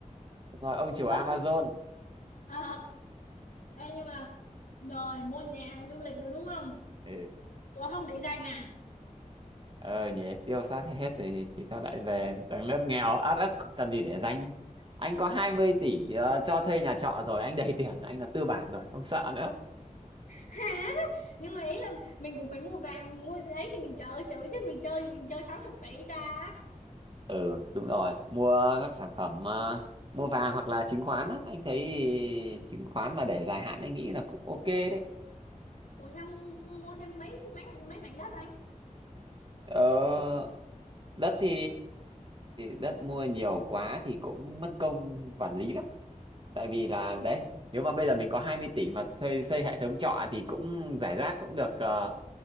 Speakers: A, on the right; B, on the left.
A: rồi ông chủ Amazon
B: Ờ, ờ. Ê, nhưng mà rồi mua nhà du lịch được đúng không
A: ừ
B: ủa không để dành à
A: ờ nhỉ tiêu sát hết thì thì sao lại về tầng lớp nghèo át ức cần gì để danh anh có 20 tỷ ờ, cho thuê nhà trọ rồi anh đầy tiền rồi, anh là tư bản rồi không sợ nữa
B: hả nhưng mà ý là mình cũng phải mua vàng mua ấy thì mình chơi chữ chứ mình chơi thì mình chơi sáu chục tỷ ra
A: ừ đúng rồi mua các sản phẩm ờ, mua vàng hoặc là chứng khoán á anh thấy chứng khoán mà để dài hạn anh nghĩ là cũng ok đấy
B: ủa không mua thêm mấy mấy mấy mảnh đất anh
A: ờ, đất thì đất mua nhiều quá thì cũng mất công quản lý lắm tại vì là
B: ừ.
A: đấy nếu mà bây giờ mình có 20 tỷ mà thuê xây hệ thống trọ thì cũng giải rác cũng được ờ,